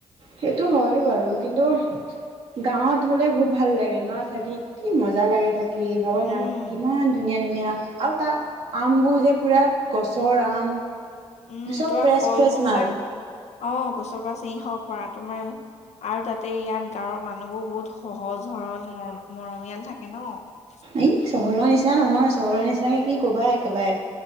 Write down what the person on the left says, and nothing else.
উম,
উম,
তোমাৰ
ফলবোৰ
বিলাক, অ গছৰ পৰা ছিঙি খাব পাৰা তোমাৰ, আৰু তাতে ইয়াত গাঁৱৰ মানুহবোৰ বহুত সহজ সৰল। ম মৰমীয়াল থাকে ন।